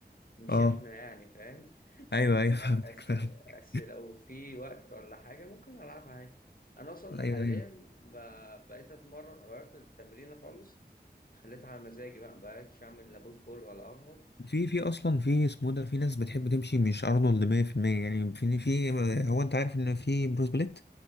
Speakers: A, on the left; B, on the left.
A: مش
B: اه
A: احنا يعني فاهم <laughs>
B: ايوه
A: بس
B: ايوه <laughs> فهمتك
A: بس
B: فهمتك
A: بس لو في وقت ولا حاجة ممكن ألعبها عادي أنا أصلا
B: ايوه
A: حاليا
B: ايوه
A: ب- بقيت أتمرن غيرت التمرين خالص خليتها على مزاجي بقى مبقتش أعمل لا بوش بول ولا أرنولد
B: في في اصلا في اسمه ده في ناس بتحب تمشي مش ارنولد 100% يعني في في هو انت عارف ان في بروس بليت